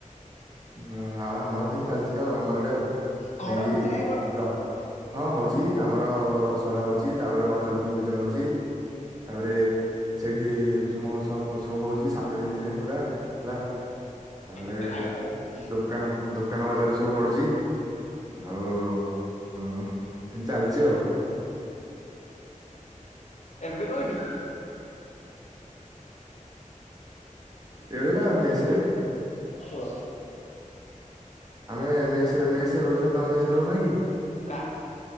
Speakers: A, on the right; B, on the left.
A: ହଁ ଆଉ ଆମର ସେମିତି ଚାଲିଚି ତ ଆମ ଆଡେ ଆଉ।
B: ତମର
A: ସେମିତି
B: ଆଉ କିଛି ନାହିଁ ବଡ
A: ଦ ହଁ ହଉଛି ଆମର ଦଶହରା ହଉଛି ତାପରେ ଗଜଲକ୍ଷ୍ମୀ ପୂଜା ହଉଛି ତାପରେ ସେଇଠି ମହୋତ୍ସବ ଫହୋତ୍ସବ ହଉଛି ସାତ ଦିନ ପାଇଁ ପୁରା ହେଲା ତାପରେ
B: କେତେ ନା କଥା ହଉଛି
A: ଦୋକାନ ଦୋକାନ ବଜାର ସବୁ ପଡୁଛି? ଆଉ ହଁ ସେମତି ଚାଲିଛି ଆଉ।
B: <inaudible> ଏବେ କଉଠି?
A: ଏବେ ବା ମେସ୍ ରେ।
B: ଓ।
A: ଆମେ ମେସ୍ ରେ ମେସ୍ ରେ ରହୁଛୁ ଵା ତମେ ସେ ରହୁନା କି?
B: ନା